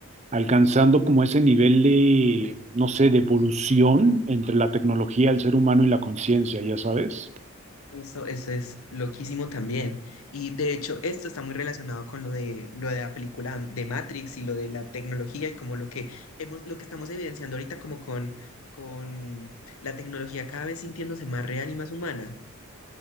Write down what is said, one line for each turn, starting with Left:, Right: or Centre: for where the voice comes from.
Right: alcanzando como ese nivel de, no sé, de evolución entre la tecnología, el ser humano y la conciencia, ya sabes.
Left: Eso, eso es loquísimo también. Y de hecho, esto está muy relacionado con lo de, lo de la película de Matrix y lo de la tecnología y como lo que hemos, lo que estamos evidenciando ahorita como con, con la tecnología cada vez sintiéndose más real y más humana.